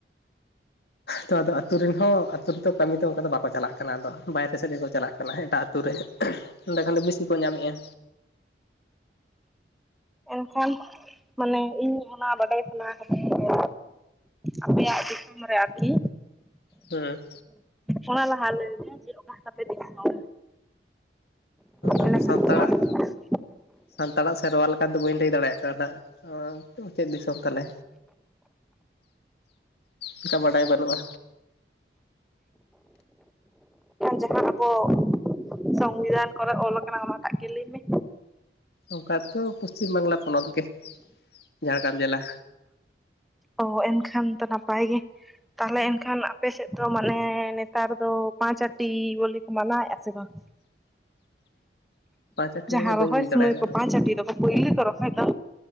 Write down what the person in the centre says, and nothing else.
ᱮᱱᱠᱷᱟᱱ ᱢᱟᱱᱮ ᱤᱧ ᱚᱱᱟ ᱵᱟᱰᱟᱭ ᱥᱟᱱᱟ ᱠᱟᱹᱫᱤᱧᱟ ᱡᱮᱼᱼ ᱟᱯᱮᱭᱟᱜ ᱫᱤᱥᱚᱢ ᱨᱮ ᱟᱨᱠᱤᱼᱼ
ᱚᱱᱟ ᱞᱟᱦᱟ ᱞᱟᱹᱭ ᱢᱮ ᱡᱮ ᱚᱠᱟ ᱛᱟᱯᱮ ᱫᱤᱥᱚᱢ?
ᱮᱸᱰᱮᱠᱷᱟᱱ
ᱡᱟᱦᱟᱸ ᱟᱵᱚ ᱥᱚᱝᱵᱤᱫᱷᱟᱱ ᱠᱚᱨᱮ ᱚᱞᱚ ᱟᱠᱟᱱᱟᱜ ᱜᱮ ᱞᱟᱹᱭ ᱢᱮ?
ᱚ ᱮᱱᱠᱷᱟᱱ ᱫᱚ ᱱᱟᱯᱟᱭ ᱜᱮ᱾ ᱛᱟᱦᱞᱮ ᱮᱱᱠᱷᱟᱱ ᱟᱯᱮ ᱥᱮᱫ ᱫᱚ ᱢᱟᱱᱮ ᱱᱮᱛᱟᱨ ᱫᱚ ᱯᱟᱸᱪ ᱟᱴᱤ ᱵᱚᱞᱮ ᱠᱚ ᱢᱟᱱᱟᱣᱮᱫᱼᱟ ᱥᱮ ᱵᱟᱝ?
ᱡᱟᱦᱟᱸ
ᱨᱚᱦᱚᱭ
ᱥᱚᱢᱚᱭ ᱠᱚ ᱯᱟᱸᱪ ᱟᱹᱴᱤ ᱫᱚᱼᱼ ᱯᱩᱭᱞᱩ ᱠᱚ ᱨᱚᱦᱚᱭ ᱫᱚ